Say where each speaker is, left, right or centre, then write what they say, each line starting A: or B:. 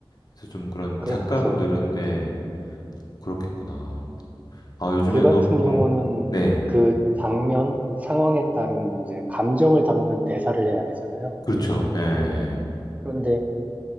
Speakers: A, on the left; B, on the right.
A: 그래서 좀 그런
B: 그렇죠.
A: 작가분들은, 예,
B: 이제
A: 그렇겠구나. 아, 요즘에는,
B: 글 같은
A: 너,
B: 경우는
A: 음, 네,
B: 그 장면, 상황에 따른 이제 감정을 담는 대사를 해야 되잖아요.
A: 그렇죠. 예.
B: 그런데